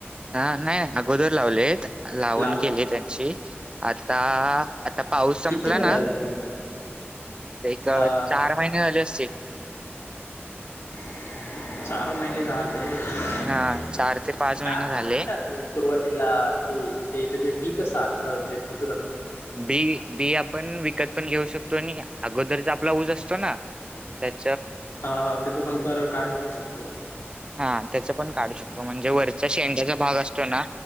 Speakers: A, on the right (about 20°); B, on the left (about 85°).
A: हा नाही नाही अगोदर लावलेत. लावून
B: लावले
A: केली त्यांची आता आता पाऊस संपला
B: किती महिन्याला
A: ना.
B: तरी
A: एक
B: हा
A: चार महिने झाले असतील
B: <unintelligible> चार महिने झाले काय
A: हा चार ते पाच महिने
B: प्रोसेस
A: झाले
B: काय असते म्हणजे सुरुवातीला ते ते तुम्ही बी कसं आणता म्हणजे कुठून आणता
A: बी बी आपण विकत पण घेऊ शकतो आणि अगोदरचा आपला ऊस असतो ना <unintelligible>
B: हा हा तेचा पण काढू पण शकतो
A: हा त्याच पण काढू शकतो म्हणजे वरचा शेंडाचा भाग असतो ना